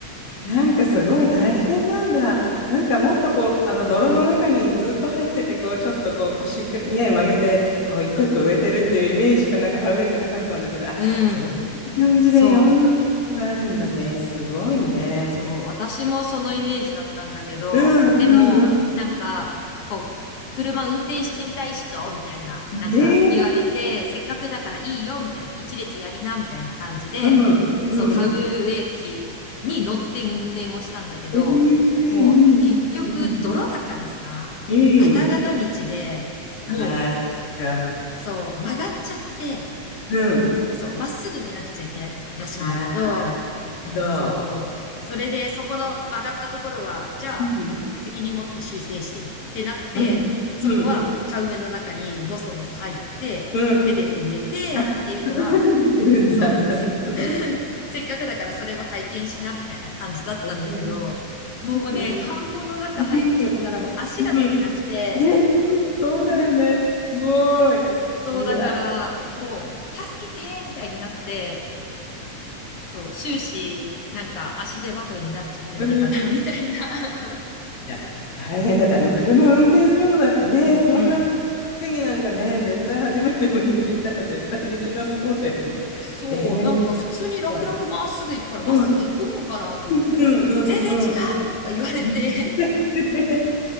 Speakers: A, on the left (about 85°); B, on the left (about 60°).
A: なんかすごい大変なんだ。なんかもっとこう、あの泥の中にずっと入ってて、こう、ちょっとこう腰ね、曲げて、こう、一個一個植えてるっていうイメージかなんか植えてなかったんだけど、
B: <laughs>
A: あ、
B: うん。
A: そういう感じでいろんなことがあるんだね。
B: そう。
A: すごいね。
B: そう、私もそのイメージだったんだけど、
A: うん、
B: でも、
A: うん、うん。
B: なんか、こう、車運転してみたい人、みたいな、
A: えー、
B: なんか言われて、せっかくだからいいよ、みたいな、一列やりな、みたいな感じで、
A: うん、
B: そう、
A: うん。
B: 田植え機に乗って運転をしたんだけど、
A: えー、いいね。
B: もう結局、
A: うん、
B: 泥だからさ、
A: うん。
B: ガタガタ道で、もう、
A: ああ、そっか。
B: そう、曲がっちゃって、
A: うん。
B: そう、まっすぐ植えなくちゃいけないらしいんだけど、
A: ああ、なるほど。
B: そう。それで、そこの曲がったところは、じゃあ、
A: うん、
B: 責任持って修正してねってなって、
A: うん、
B: そこは田植えの中にのそのそ入って、
A: うん。うん
B: 手で植えてっていうのは、
A: あ、そこそこ出てるんだ。
B: そう、
A: なるほど。
B: せ、<laughs> せっかくだからそれも体験しなみたいな感じだったんだけど、
A: えー、
B: もうね、
A: すごい。
B: 田んぼの中入っちゃったらもう足が抜けなくて、
A: うん。ね、そうだよね。
B: <laughs>
A: すごい。
B: そうだから、
A: うわ。
B: もう、助けてみたいになって、そう、終始、なんか足手まといになっちゃってないかな、
A: うん。い
B: <laughs> みたいな。
A: や、大変だって、あの、車運転するのだってね、そんな、
B: うん。
A: 次なんかね、絶対初めて運転したら絶対できなそうだよね。
B: そう、
A: <laughs> えー、
B: なんか普通に楽々まっすぐ行くから、
A: すごい。
B: まっすぐ行くもんかなと思ったら、
A: うん、うん、うん、
B: 全然違うとか言われて
A: うん。<laughs>